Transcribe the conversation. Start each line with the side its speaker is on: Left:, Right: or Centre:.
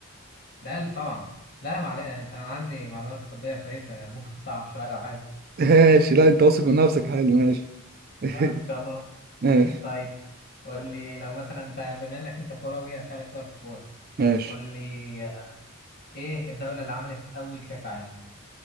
Left: ده قلب طبعا لا معلش انا أنا عندي معلومات طبيه كويسه ممكن تصعب شويه لو حاجه
Right: <laughs> ماشي لا انت واثق من نفسك حلو ماشي <laughs>
Left: اه ان شاء الله
Right: ماشي
Left: <laughs> طيب قول لي لو مثلا انت بما انك انت كروي اسالك سؤال في الكوره
Right: ماشي
Left: قول لي آه، ايه الدوله اللي عملت اول كاس عالم